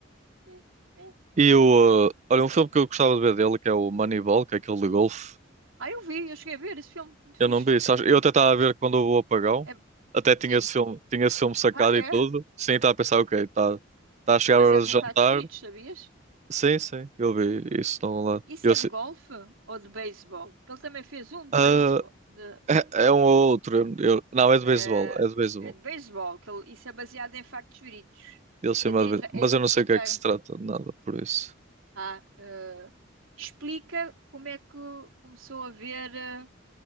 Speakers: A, on the right (about 80°); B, on the right (about 35°).
A: É, é,
B: E o,
A: ok.
B: ah, olha, um filme que eu gostava de ver dele, que é o Moneyball, que é aquele de golfe.
A: Ah, eu vi, eu cheguei a ver esse filme, muito
B: Eu
A: fixe.
B: não vi, sabes? Eu até estava a ver quando houve o apagão.
A: É...
B: Até
A: Sim.
B: tinha esse filme, tinha esse filme sacado
A: Ah,
B: e
A: é?
B: tudo. Sim, estava a pensar, ok, está tá a chegar
A: É baseado
B: a hora de jantar.
A: em fatos verídicos, sabias?
B: Sim, sim, eu vi isso estão lá
A: Isso
B: Eu,
A: é
B: sei-
A: de golfe ou de beisebol? Que ele também fez um de
B: ah,
A: beisebol. De... Não.
B: é, é um ou outro. Eu, eu- não, é de
A: É,
B: beisebol, é de beisebol.
A: é de beisebol, que ele... isso é baseado em factos verídicos.
B: Ele chama
A: E até
B: de...
A: entra.
B: Mas
A: en-
B: eu não sei
A: entra...
B: o que é que se trata de nada por isso.
A: Ah, eh, Explica como é que começou a ver eh,